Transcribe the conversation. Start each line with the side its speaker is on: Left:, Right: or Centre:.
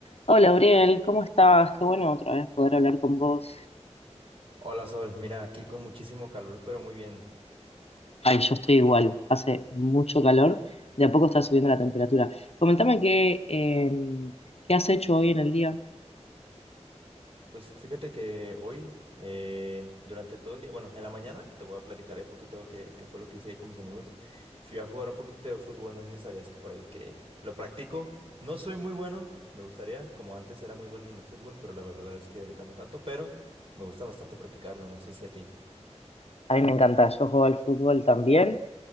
Left: Hola, Uriel, ¿cómo estás? Qué bueno otra vez poder hablar con vos.
Right: Hola Sol, mira, aquí con muchísimo calor, pero muy bien.
Left: Ay, yo estoy igual, hace mucho calor, de a poco está subiendo la temperatura. Comentame qué, eh, qué has hecho hoy en el día.
Right: Pues fíjate que hoy, eh, durante todo el día, bueno, en la mañana te voy a platicar un poquito qué, qué fue lo que hice ahí con mis amigos. Fui a jugar un poquito de fútbol, no sé si sabías que por ahí que lo practico. No soy muy bueno, me gustaría, como antes era muy bueno en el fútbol, pero la verdad es que ahorita no tanto, pero me gusta bastante practicarlo, no sé si a ti.
Left: A mí me encanta, yo juego al fútbol también.